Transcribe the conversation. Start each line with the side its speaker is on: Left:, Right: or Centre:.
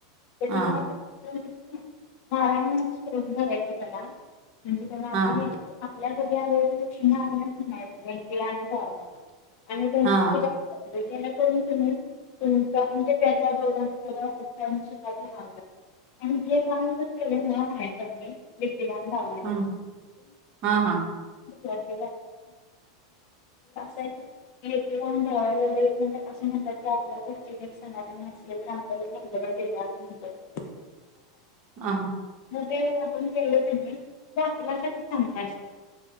Left: त्याच्यामुळे
Right: हा.
Left: नारायण म्हणून <unintelligible> धरायचं त्याला म्हणजे त्याना आपनच
Right: हा
Left: आप मुलांचं बी आणि दक्षिणा आणि लेकीला आणि जावयाला आणि त्यांची
Right: हा
Left: पूजा करायची. जेणेकरून त्यानी त्यांच्या म्हंजे त्यांच्या दोघांनी सुखात राहावं, आणि जे काय केलेलं हाय कणी लेकीला आणि जावयाला
Right: हम् हा हा.
Left: हे अस हाय की हेच दान जावायाला, लई म्हजे असं म्हणतात, की आपल्या घरचे जर समाधानी असेल तर, आपल्याला भरभराट येतिया अस म्हणत्यात.
Right: हां.
Left: पण ते आपण केलं कणी ते आपल्यासाठी चांगलं असतय.